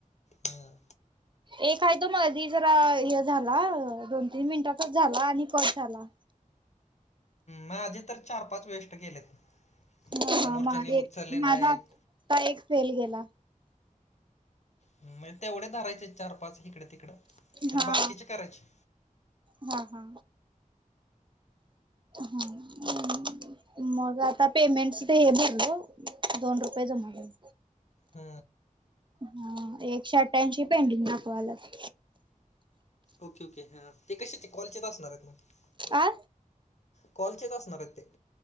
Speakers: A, on the left; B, on the right.
A: हम
B: एक आहे तो मधी जरा हे झाला दोन, तीन मिनिटांचाच झाला आणि कट झाला
A: माझे तर चार पाच वेस्ट गेलेत
B: ह हा
A: समोरच्याने
B: मा
A: उचलले
B: माझा
A: नाहीत
B: आता एक फेल गेला
A: म्हणजे तेवढे धरायचे चार पाच इिकडे तिकडं पण
B: हा
A: बाकीचे करायचे
B: हा, हा, ह मग आता पेमेंट ते हे भरल दोन रुपया जमा झालं
A: ह
B: ह एकशे अठ्ठ्याऐंशी पेंडिंग दाखवायल्यात
A: ओके, ओके ते कशाचे कॉलचे तर असणार आहेत मग
B: आं
A: कॉलचेच असणार ते